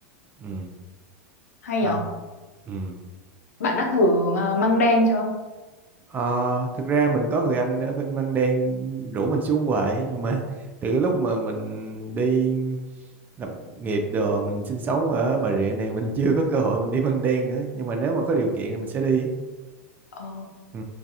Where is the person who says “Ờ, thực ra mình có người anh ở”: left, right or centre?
Right